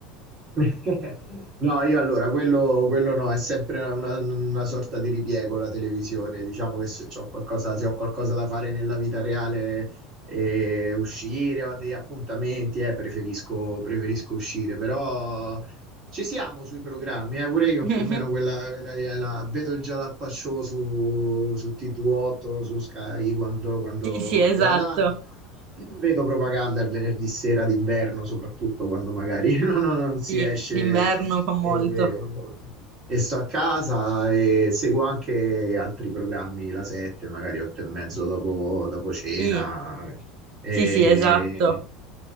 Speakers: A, on the right (about 25°); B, on the right (about 45°).
A: <laughs> No, io allora, quello, quello no, è sempre una, una sorta di ripiego la televisione. Diciamo che se c'ho qualcosa, se ho qualcosa da fare nella vita reale, eh, uscire, ho dei appuntamenti, eh, preferisco, preferisco uscire, però ci siamo sui programmi, eh, pure io
B: <laughs>
A: più o meno quella, quella lì, eh, la- vedo il Jalappa Show su, su TV8, su Sky quando, quando-
B: Sì, sì,
A: quando
B: esatto.
A: la danno. Vedo propaganda il venerdì sera d'inverno, soprattutto quando magari <laughs> non, non- non si
B: Sì,
A: esce
B: l'inverno fa molto.
A: e, e sto a casa e seguo anche altri programmi, la 7, magari 8 e mezzo dopo, dopo cena.
B: Sì,
A: E-
B: sì, sì, esatto.